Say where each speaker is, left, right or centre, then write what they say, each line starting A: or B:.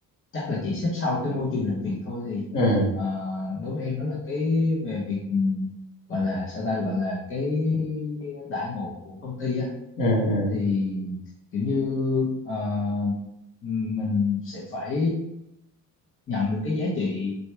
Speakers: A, on the left; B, on the left.
A: chắc là chỉ xếp sau cái môi trường làm việc thôi thì
B: ừ
A: ờ, đối với em đó là cái về việc ừm, gọi là sao ta gọi là cái đãi ngộ của công ty á
B: ừ ừ
A: thì kiểu như ờ, mình sẽ phải nhận được cái giá trị